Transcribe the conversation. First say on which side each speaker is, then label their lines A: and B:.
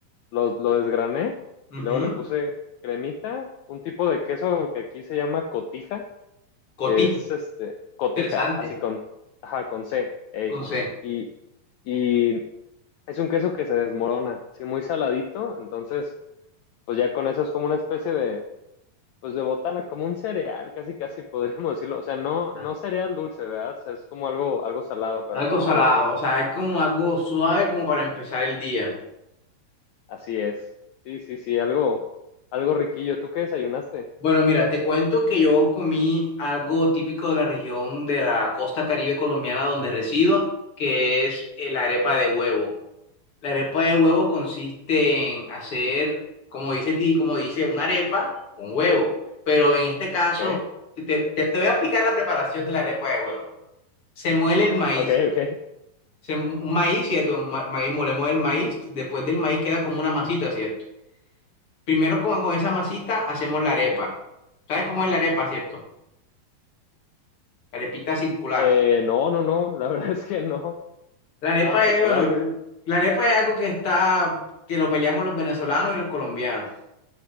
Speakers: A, on the left (about 80°); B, on the left (about 40°).
A: los lo desgrané
B: ujú.
A: y luego le puse cremita, un tipo de queso que aquí se llama cotija,
B: Cotiza,
A: que es este, cotija,
B: interesante.
A: así con, ajá, con C, ey.
B: Con C.
A: Y, y es un queso que se desmorona, sí, muy saladito, entonces, pues ya con eso es como una especie de, pues de botana, como un cereal, casi casi podríamos decirlo, o sea, no,
B: Ah,
A: no cereal dulce, ¿verdad? O sea, es como algo, algo salado, pero
B: Algo
A: no,
B: salado,
A: bien,
B: o sea, es como algo suave como para empezar el día.
A: así es. Sí, sí, sí, algo, algo riquillo. ¿Tú qué desayunaste?
B: Bueno, mira, te cuento que yo comí algo típico de la región de la costa Caribe colombiana donde resido, que es la arepa de huevo. La arepa de huevo consiste
A: Eh,
B: en hacer, como dice, di- como dice, una arepa con huevo. Pero en este caso,
A: ok,
B: te, te- te voy a explicar la preparación de la arepa de huevo. Se muele el maíz.
A: ok, ok,
B: Se, un maíz, ¿cierto? Un ma- maíz, molemos el maíz. Después del maíz queda como una masita, ¿cierto? Primero con, con esa masita hacemos la arepa.
A: ok.
B: ¿Sabes cómo es la arepa, cierto? La arepita circular.
A: Eh, no, no, no, la <laughs> verdad es que no.
B: La arepa
A: Ah, circular,
B: es, bueno, la arepa es algo que está, que lo peleamos los venezolanos y los colombianos.